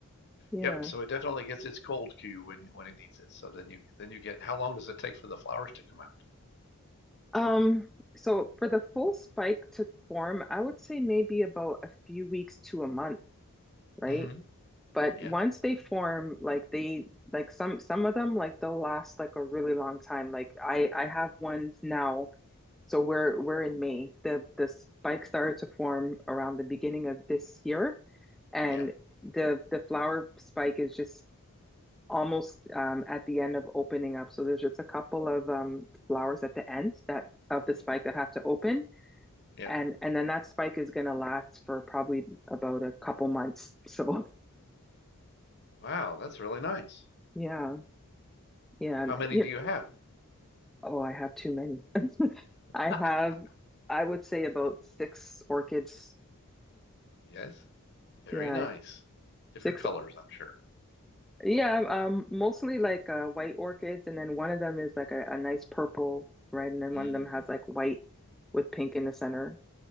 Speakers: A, in the centre; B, on the left.
A: Yeah.
B: Yep, so it definitely gets its cold cue when you- when it needs it. So then you then you get how long does it take for the flowers to come out?
A: Um so for the full spike to form, I would say maybe about a few weeks to a month, right?
B: hmm
A: But
B: Yeah.
A: once they form, like they like some some of them like they'll last like a really long time. Like I I have ones now. So we're we're in May. The the spike started to form around the beginning of this year, and
B: Yeah.
A: the the flower spike is just almost um, at the end of opening up. So there's just a couple of um, flowers at the end that of the
B: hmm
A: spike that have to open,
B: Yeah.
A: and and then that spike is gonna last for probably about a couple months. <laughs> So
B: Wow, that's really nice.
A: yeah, yeah,
B: How many
A: yeah.
B: do you have?
A: Oh, I have too many. <laughs>
B: <laughs>
A: I have, I would say about six orchids.
B: Yes. Very
A: Yeah,
B: nice. Different
A: six.
B: colors, I'm sure.
A: Yeah, um, mostly like uh, white orchids, and then one of them is like a, a nice purple, right? And then
B: Mm,
A: one of them has like white with pink in the center.